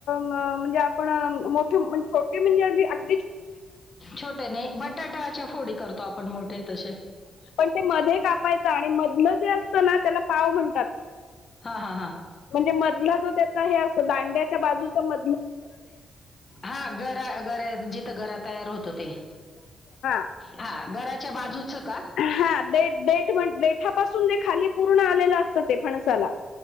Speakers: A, on the left; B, on the left.
A: म्हणजे आपण मोठे छोटे म्हणजे आगदी
B: छोटे नाही बटाटाच्या फोडी करतो आपण मोठे तसे.
A: पण ते मध्ये कापायच आणि मधलं जे असत ना त्याला पाव म्हणतात.
B: हां हां हां
A: म्हणजे मधला जो त्याचा हे असतो दांड्याच्या बाजूचा म
B: हां गरा गऱ्या जिथं गरा तयार होतो ते
A: <unintelligible>
B: हा गराच्या बाजूचं का?
A: हा ते देठ म्हण डेठापासून जे खाली पूर्ण आलेलं असतं ते फणसाला